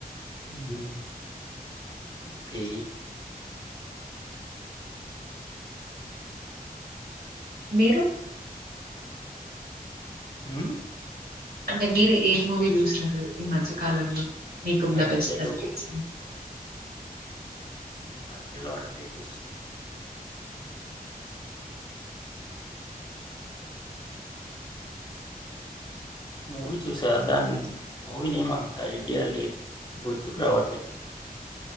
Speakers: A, on the left; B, on the right.
A: ఉమ్ ఓకే
B: మీరు
A: మ్మ్
B: అంటే మీరు ఏ మూవీ చూసారు ఈ మధ్య కాలంలో. మీకు
A: ఈ మధ్యలో
B: ద బెస్ట్ అనిపించింది.
A: ఈ మధ్యలో అంటే బెస్ట్. మూవీ చూసా దాని మూవీ నేమ్ అంత ఐడియా లేదు గుర్తుకు రావట్లే.